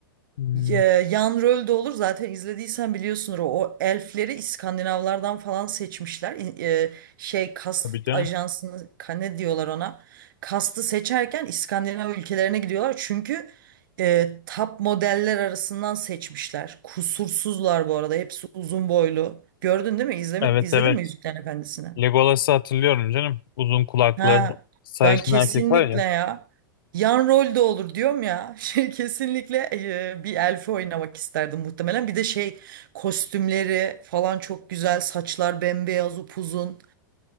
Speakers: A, on the left; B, on the right.
A: Hmm,
B: Ee, yan rol de olur. Zaten izlediysen biliyorsunuz o, o elfleri İskandinavlardan falan seçmişler. İ- e, şey kast
A: tabii canım.
B: ajansını ka- ne diyorlar ona. Kastı seçerken İskandinav ülkelerine gidiyorlar. Çünkü e, top modeller arasından seçmişler. Kusursuzlar bu arada. Hepsi uzun boylu. Gördün değil mi? İzlemi,
A: Evet
B: izledin
A: evet.
B: mi Yüzüklerin Efendisi'ni?
A: Legolas'ı hatırlıyorum canım. Uzun kulaklı
B: Ha,
A: sarışın
B: ben kesinlikle
A: erkek var ya.
B: ya yan rol de olur diyorum ya <laughs> şey kesinlikle e, bir elfi oynamak isterdim muhtemelen bir de şey kostümleri falan çok güzel saçlar bembeyaz upuzun